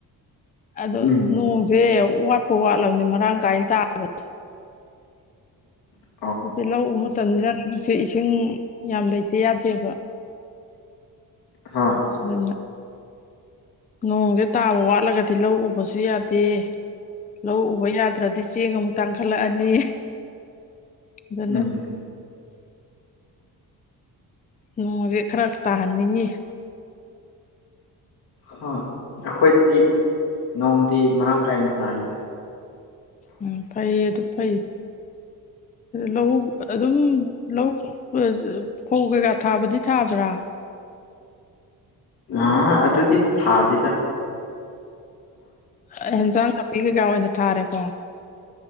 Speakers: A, on the left (about 25°); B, on the left (about 80°).
A: ꯑꯗꯣ
B: ꯎꯝ
A: ꯅꯣꯡꯁꯦ ꯋꯥꯠꯄꯨ ꯋꯥꯠꯂꯝꯅꯤ ꯃꯔꯥꯡ ꯀꯥꯏꯅ ꯇꯥꯕꯗ
B: ꯍꯝ
A: ꯍꯧꯖꯤꯛꯇꯤ ꯂꯧ ꯃꯇꯝꯅꯤꯅ ꯍꯧꯖꯤꯛꯁꯦ ꯏꯁꯤꯡ ꯌꯥꯝ ꯂꯩꯇ ꯌꯥꯗꯦꯕ
B: ꯍꯣꯏ
A: ꯅꯪ ꯉ ꯅꯣꯡꯖꯦ ꯇꯥꯕ ꯋꯥꯠꯂꯒꯗꯤ ꯂꯧ ꯎꯕꯁꯨ ꯌꯥ ꯗꯦ ꯂꯧ ꯎꯕ ꯌꯥꯗ꯭ꯔꯗꯤ ꯆꯦꯡ ꯑꯃꯨꯛ ꯇꯥꯡꯈꯠꯂꯛꯑꯅꯤ ꯗꯅ
B: ꯎꯝ
A: ꯅꯣꯡꯁꯦ ꯈꯔ ꯇꯥꯍꯟꯅꯤꯡꯉꯤ
B: ꯍꯣꯏ ꯑꯩꯈꯣꯏꯗꯗꯤ ꯅꯣꯡꯗꯤ ꯃꯔꯥꯡ ꯀꯥꯏꯅ ꯇꯥꯏꯗ
A: ꯎꯝ ꯐꯩꯌꯦ ꯑꯗꯨ ꯐꯩ ꯑꯗꯣ ꯂꯧꯎ ꯑ ꯑꯗꯨꯝ ꯂꯧ ꯐ ꯖ ꯐꯧ ꯀꯩꯀꯥ ꯊꯥꯕꯗꯤ ꯊꯕ꯭ꯔꯥ
B: ꯑ-ꯑꯗꯨꯗꯤ ꯊꯥꯗꯦꯗ
A: ꯑ-ꯍꯦꯟꯖꯥꯡ ꯅꯥꯄꯤ ꯀꯩꯀꯥ ꯑꯣꯏꯅ ꯊꯥꯔꯦꯀꯣ